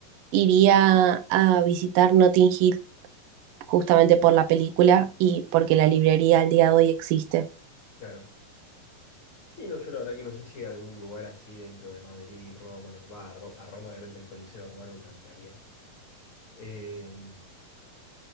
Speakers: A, on the right; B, on the left.
A: iría a visitar Notting Hill justamente por la película y porque la librería al día de hoy existe.
B: Claro. Sí, no, yo la verdad que no sé si hay algún lugar así dentro de Madrid, Roma, lo que va, a, Ro- a Roma obviamente el Coliseo Romano me encantaría. Em,